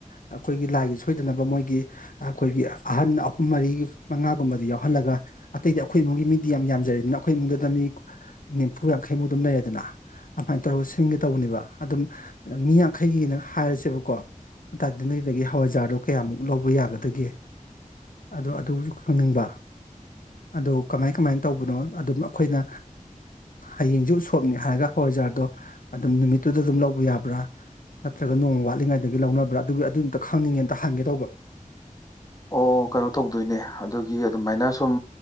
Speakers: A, on the left (about 80°); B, on the left (about 25°).
A: ꯑꯩꯈꯣꯏꯒꯤ ꯂꯥꯏꯒꯤ ꯁꯣꯏꯗꯅꯕ ꯃꯣꯏꯒꯤ ꯑꯩꯈꯣꯏꯒꯤ ꯑꯍꯟ ꯃꯔꯤ ꯃꯉꯥꯒꯨꯝꯕꯗꯤ ꯌꯥꯎꯍꯜꯂꯒ ꯑꯇꯩꯗꯤ ꯑꯩꯈꯣꯏ ꯏꯃꯨꯡꯒꯤ ꯃꯤꯗꯤ ꯌꯥꯝ ꯌꯥꯝꯖꯔꯦꯗꯅ ꯑꯩꯈꯣꯏ ꯏꯃꯨꯡꯗꯗ ꯃꯤ ꯅꯤꯝꯐꯨ ꯌꯥꯡꯈꯩꯃꯨꯛ ꯑꯗꯨꯝ ꯂꯩꯔꯦꯗꯅ ꯑꯃꯥꯏ ꯇꯧꯔꯒ ꯁꯤꯟꯒꯦ ꯇꯧꯕꯅꯦꯕ ꯑꯗꯨꯝ ꯃꯤ ꯌꯥꯡꯈꯩꯒꯤꯅ ꯍꯥꯏꯔꯁꯦꯕꯀꯣ ꯑꯗꯨ ꯇꯥꯗꯤ ꯅꯣꯏꯗꯒꯤ ꯍꯋꯥꯏꯖꯥꯔꯗꯣ ꯀꯌꯥꯃꯨꯛ ꯂꯧꯕ ꯌꯥꯒꯗꯒꯦ ꯑꯗꯣ ꯑꯗꯨꯕꯨꯖꯨ ꯈꯪꯅꯤꯡꯕ ꯑꯗꯣ ꯀꯃꯥꯏ ꯀꯃꯥꯏꯟ ꯇꯧꯕꯅꯣ ꯑꯗꯨꯝ ꯑꯩꯈꯣꯏꯅ ꯍꯌꯦꯡꯖꯦ ꯎꯁꯣꯞꯅꯤ ꯍꯥꯏꯔꯒ ꯍꯋꯥꯏꯖꯥꯔꯗꯣ ꯑꯗꯨꯝ ꯅꯨꯃꯤꯠꯇꯨꯗ ꯑꯗꯨꯝ ꯂꯧꯕ ꯌꯥꯕ꯭ꯔꯥ ꯅꯠꯇ꯭ꯔꯒ ꯅꯣꯡꯃ ꯋꯥꯠꯂꯤꯉꯩꯗꯒꯤ ꯂꯧꯅꯕ꯭ꯔꯥ ꯑꯗꯨꯒꯤ ꯑꯗꯨꯝꯇꯥ ꯈꯪꯅꯤꯡꯉꯦ ꯑꯥꯝꯇ ꯍꯪꯒꯦ ꯇꯧꯕ
B: ꯑꯣ ꯀꯩꯅꯣ ꯇꯧꯗꯣꯏꯅꯦ ꯑꯗꯨꯒꯤ ꯑꯗꯨꯃꯥꯏꯅ ꯁꯨꯝ